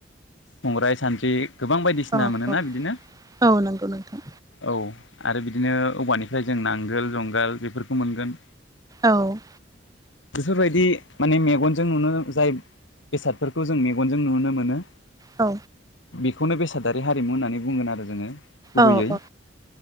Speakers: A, on the left; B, on the right.
A: संग्राइ, सान्द्रि गोबां बायदिसिना
B: औ
A: मोनोना
B: औ
A: बिदिनो
B: औ नंगौ नोंथां
A: औ। आरो बिदिनो औवानिफ्राय जों नांगोल जुंगाल बेफोरखौ मोनगोन।
B: औ।
A: बेफोरबायदि माने मेगनजों नुनो जाय बेसादफोरखौ जों मेगनजों नुनो मोनो।
B: औ।
A: बेखौनो बेसादारि हारिमु होननानै बुंगोन आरो जोङो। गुबैयै
B: औ-औ